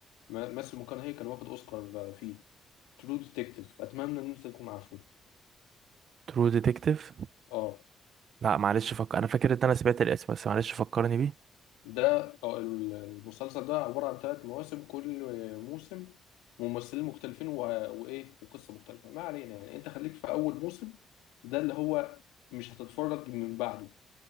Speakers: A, on the left; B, on the right.
A: ما- ماسيو ماكونهي كان واخد أوسكار فيه ترو ديتكتيف أتمنى إن أنت تكون عارفه
B: ترو ديتكتيف
A: آه.
B: لا معلش فك... انا فاكر ان انا سمعت الاسم بس معلش فكرني بيه
A: ده أو ال- المسلسل ده عبارة عن ثلاث مواسم كل موسم ممثلين مختلفين و... وإيه وقصة مختلفة ما علينا يعني أنت خليك في أول موسم ده اللي هو مش هتتفرج من بعده